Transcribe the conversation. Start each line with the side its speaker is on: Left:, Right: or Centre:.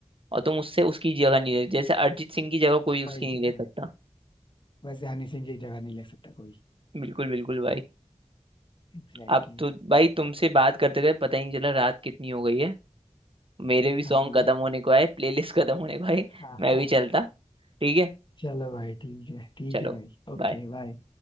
Right: और तुम उससे उसकी जगह नहीं ले जैसे अरिजीत सिंह की जगह कोई उसकी
Left: भाई
Right: नहीं
Left: जी
Right: ले
Left: भाई
Right: सकता
Left: वैसे हनी सिंह की जगह नहीं ले सकता कोई
Right: बिल्कुल बिल्कुल भाई
Left: Exactly
Right: अब तो
Left: exactly.
Right: भाई तुमसे बात करते गए पता ही नहीं चला रात कितनी हो गई है मेरे भी सॉन्ग
Left: हाँ हाँ
Right: खत्म होने को आए प्लेलिस्ट खत्म होने को आए
Left: हाँ
Right: मैं
Left: हाँ
Right: भी चलता ठीक है
Left: चलो भाई ठीक है ठीक
Right: चलो
Left: है भाई Okay
Right: bye।
Left: bye